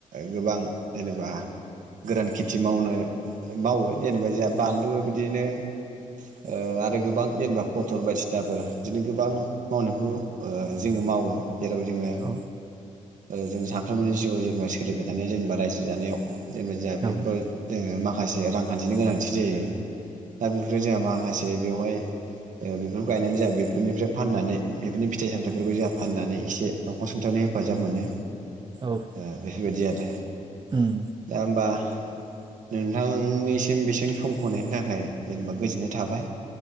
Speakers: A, on the right; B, on the right.
A: गोबां जेनेबा गोरान खेथि मावनो मावो जेनेबा जोहा बानलु बिदिनो ओ आरो गोबां जेनेबा पथल बायदिसिनाफोर बिदिनो गोबां मावनायखौ ओ जोङो मावो। जेराव जोङो
B: औ
A: ओ जों सानफ्रोमनि जिउआव जेनेबा सोलिबाय थानाय जेनेबा रायजो जानायाव जेनेबा जाहा बेफोराव
B: औ
A: जोङो मा खासे रांखान्थिनि गोनांथि जायो दा बेफोरो जोहा माखासे बेवहाय ओ बेफोरखौ गायनानै जोंहा बेफोरनिफ्राय फाननानै बेफोरनि फिथाइ सामथायाइफोरखौ जोहा फाननानै एसे न'खर सुंथानायाव हेफाजाब मोनो।
B: औ
A: ओ बेफोरबायदि आरो
B: उम
A: दा होमबा नोंथांनिसिम बेसिम समख' होनायनि थाखाय जेनेबा गोजोननाय थाबाय।